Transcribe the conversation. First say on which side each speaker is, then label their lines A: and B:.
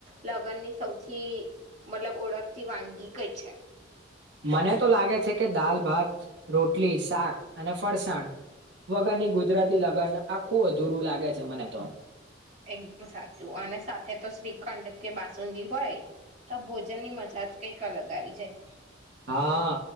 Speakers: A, on the right (about 35°); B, on the right (about 65°).
A: લગ્નની સૌથી મતલબ ઓળખ વાનગી કઈ છે
B: મને તો લાગે છે કે દાલ ભાત રોટલી શાક અને ફરસાણ વગરની ગુજરાતી લગ્ન આખું અધૂરું લાગે છે મને તો
A: એકદમ સાચું અને સાથે તો શ્રીખંડ કે બાસુંદી હોય તો ભોજનની મજા કંઈક અલગ આવી જાય
B: હા